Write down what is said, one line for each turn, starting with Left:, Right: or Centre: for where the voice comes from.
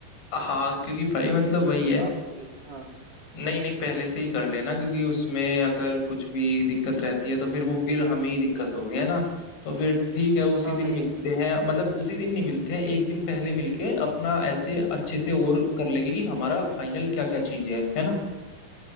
Left: हाँ क्योंकि भाई मतलब
Right: मतलब
Left: वही
Right: मैं
Left: है
Right: आप हाँ हाँ
Left: नहीं नहीं पहले से ही कर लेना क्योंकि उसमें अगर कुछ भी दिक्कत रहती है तो फिर वो फिर हमें ही दिक्कत होगी है ना तो फिर ठीक है उसी
Right: हाँ
Left: दिन
Right: हाँ, ये
Left: मिलते
Right: तो
Left: हैं मतलब उसी दिन नहीं मिलते हैं एक दिन पहले मिलके अपना ऐसे अच्छे से और
Right: हाँ
Left: कर लेंगे कि हमारा फाइनल क्या क्या चीजें है है ना